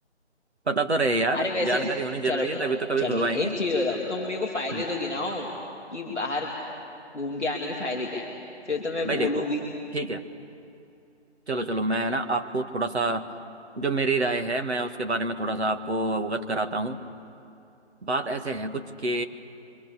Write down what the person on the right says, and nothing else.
पता तो रहे यार
जानकारी होनी जरूरी
है तभी तो कभी
खुलवाएंगे
हम्म
भाई
देखो
ठीक है चलो चलो मैं ना आपको थोड़ा सा जो मेरी राय है मैं उसके बारे में थोड़ा सा आपको अवगत कराता हूँ बात ऐसे है कुछ कि